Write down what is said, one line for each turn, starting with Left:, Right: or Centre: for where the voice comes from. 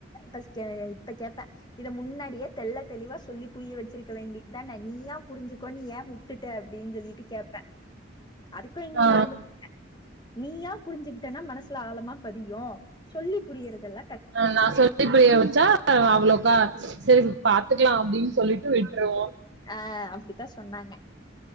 Left: ஃபர்ஸ்ட்டு ஆ இப்ப கேப்பேன் இத முன்னாடியே தெள்ள தெளிவா சொல்லி புரிய வச்சிருக்க வேண்டியதுதான நீயா புரிஞ்சுக்கோ நீ ஏன் விட்டுட்ட அப்படின்னு சொல்லிட்டு கேப்பேன் அதுக்கும் எங்க
Right: ஆ
Left: அம்மா சொல்லு நீயா புரிஞ்சுகிட்டன்னா மனசுல ஆழமா பதியும் சொல்லி புரியிறதுல்லா
Right: அ நா சொல்லி புரிய வச்சா அவ்வளோக்கா சரி பாத்துக்கலாம் அப்படின்னு சொல்லிட்டு விட்டுருவோம்
Left: ஆ அப்படித்தா சொன்னாங்க